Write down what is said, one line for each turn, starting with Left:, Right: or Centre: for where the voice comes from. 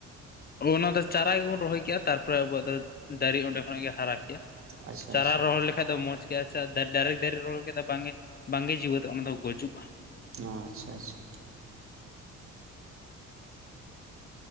Left: ᱚᱱᱟ ᱫᱚ ᱪᱟᱨᱟ ᱜᱮᱵᱚᱱ ᱨᱚᱦᱚᱭ ᱠᱮᱜᱼᱟ ᱛᱟᱨᱯᱚᱨᱮ ᱟᱵᱚᱣᱟᱜ ᱫᱚ ᱫᱟᱨᱮ ᱚᱸᱰᱮ ᱠᱷᱚᱱᱟᱜ ᱜᱮ ᱦᱟᱨᱟ ᱠᱮᱭᱟ,
Right: ᱟᱪᱪᱷᱟ
Left: ᱪᱟᱨᱟ
Right: ᱟᱪᱪᱷᱟ
Left: ᱨᱚᱦᱚᱭ ᱞᱮᱠᱷᱟᱡ ᱫᱚ ᱢᱚᱡᱽ ᱟᱪᱪᱷᱟ ᱰᱟᱭᱨᱮᱠ ᱫᱟᱨᱮ ᱨᱚᱦᱚᱭ ᱞᱮᱠᱷᱟᱱ ᱵᱟᱝ ᱜᱮ ᱵᱟᱝ ᱜᱮ ᱡᱮᱣᱮᱫᱚᱜᱼᱟ ᱚᱱᱟ ᱫᱚ ᱜᱩᱡᱩᱜᱼᱟ᱾
Right: ᱚ ᱟᱪᱪᱷᱟ ᱟᱪᱪᱷᱟ᱾